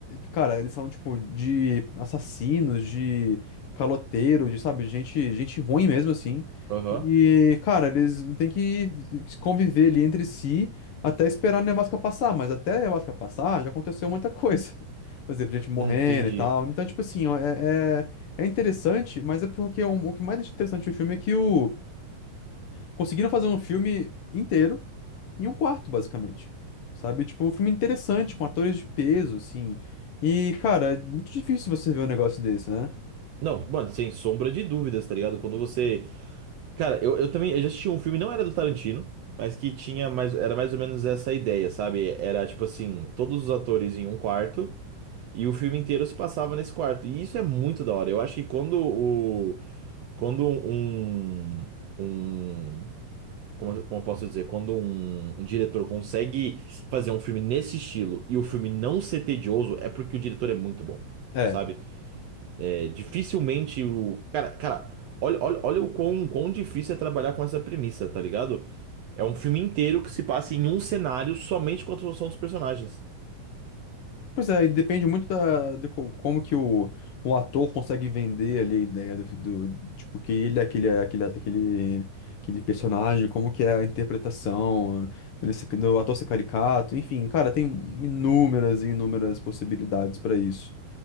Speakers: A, on the left; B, on the right.
A: cara, eles são tipo de assassinos, de caloteiro, de, sabe, gente, gente ruim mesmo assim.
B: Aham.
A: E, cara, eles têm que conviver ali entre si até esperar a nevasca passar, mas até a nevasca passar já aconteceu muita coisa. <laughs> Por exemplo, gente morrendo
B: Entendi.
A: e tal. Então, tipo assim, ó, é, é, é interessante, mas é porque o, o que mais deixa interessante o filme é que o, conseguiram fazer um filme inteiro em um quarto, basicamente. Sabe? Tipo, um filme interessante, com atores de peso, assim. E, cara, é muito difícil você ver um negócio desse, né?
B: Não, mano, sem sombra de dúvidas, tá ligado? Quando você Cara, eu, eu também eu já assisti um filme, não era do Tarantino, mas que tinha mais, era mais ou menos essa ideia, sabe? Era tipo assim, todos os atores em um quarto e o filme inteiro se passava nesse quarto. E isso é muito da hora. Eu acho que quando o quando um um como, como eu posso dizer, quando um, um diretor consegue fazer um filme nesse estilo e o filme não ser tedioso, é porque o diretor é muito bom,
A: É.
B: sabe? É, dificilmente o. Cara, cara, olha, olha, olha o quão, quão difícil é trabalhar com essa premissa, tá ligado? É um filme inteiro que se passa em um cenário somente com a construção dos personagens.
A: Pois é, e depende muito da, de co- como que o, o ator consegue vender ali a ideia do, do- tipo, que ele é aquele, aquele, aquele, aquele personagem, como que é a interpretação, ele ser- do ator ser caricato, enfim, cara, tem inúmeras e inúmeras possibilidades pra isso.